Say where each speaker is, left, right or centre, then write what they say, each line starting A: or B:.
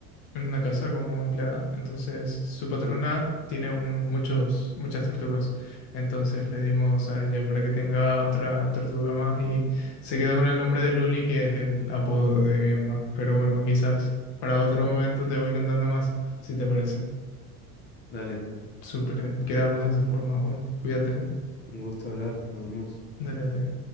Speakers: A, on the left; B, on the left.
A: en una casa como empleada. Entonces, su patrona
B: sí,
A: tiene un- muchos, muchas tortugas. Entonces le dimos a ella para que tenga otra tortuga más y se quedó con el nombre de Luli, que es el apodo de mi mamá. Pero bueno, quizás para otro momento te voy contando más, si te parece.
B: dale,
A: Súper, eh, quedamos de esa forma, Juan. Cuídate, ¿eh?
B: un gusto hablar, nos vemos.
A: Dale, dale.